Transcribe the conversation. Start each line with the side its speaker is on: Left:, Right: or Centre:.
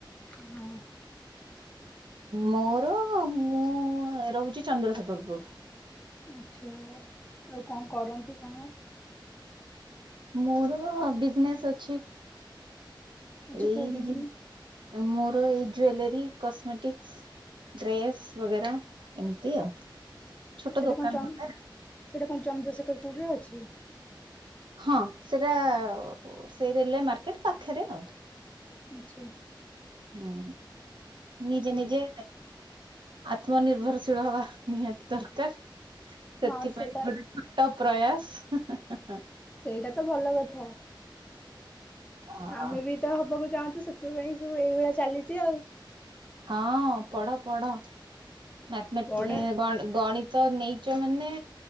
Left: ହଁ।
Right: ମୋର ମୁଁ ରହୁଚି ଚନ୍ଦ୍ରଶେଖରପୁର।
Left: ଆଚ୍ଛା ଆଉ କଣ କରନ୍ତି କଣ?
Right: ମୋର ବିଜନେସ୍ ଅଛି
Left: ଆଚ୍ଛା
Right: ଏଇ
Left: କୋଉ ବିଜନେସ୍
Right: ମୋର ଏଇ ଜ୍ବେଲେରୀ କସମେଟିକସ୍। ଡ୍ରେସ୍ ବଗେରା ଏମତି ଆଉ। ଛୋଟ
Left: ସେଇଟା
Right: ଦୋକାନ
Left: କଣ ଚନ୍ଦ
Right: ଗୋଟେ
Left: ସେଇଟା କଣ ଚନ୍ଦ୍ରଶେଖର ପୁରରେ ଅଛି?
Right: ହଁ ସେଟା ସେଇ ରେଲୱେ ମାର୍କେଟ ପାଖରେ ଆଉ।
Left: ଆଛା
Right: ହୁଁ ନିଜେ
Left: ଆଉ
Right: ନିଜେ ଆତ୍ମନିର୍ଭରଶୀଳ ହବା ନିହାତି ଦରକାର ସେଥିପାଇଁ
Left: ହଁ ସେଇଟା
Right: ଗୋଟେ ଛୋ ଟ ପ୍ରୟାସ।
Left: ସେଇଟା ତ ଭଲ କଥା।
Right: ଅ
Left: ଆମେ ବି ତ ହବାକୁ ଚାହୁଁଚୁ ସେଥିପାଇଁ ସବୁ ଏଇଭଳିଆ ଚାଲିଚି ଆଉ।
Right: ହଁ ପଢ ପଢ ମ୍ୟାଥ୍ ମେଟି
Left: ପଢା
Right: ଗଣ ଗଣିତ ନେଇି ଚ ମାନେ